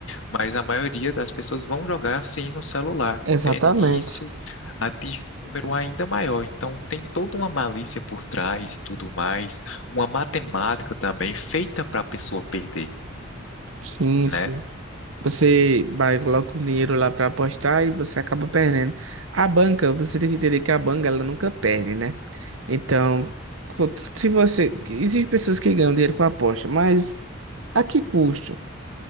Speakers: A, on the left (about 80°); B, on the right (about 85°).
A: mas a maioria das pessoas vão jogar assim no celular,
B: Exatamente.
A: entende? E isso atinge um número ainda maior. Então, tem toda uma malícia por trás e tudo mais, uma matemática também feita para a pessoa perder,
B: Sim,
A: né?
B: sim. Você vai, coloca o dinheiro lá para apostar e você acaba perdendo. A banca, você tem que entender que a banca, ela nunca perde, né? Então, co- se você... Existem pessoas que ganham dinheiro com aposta, mas a que custo?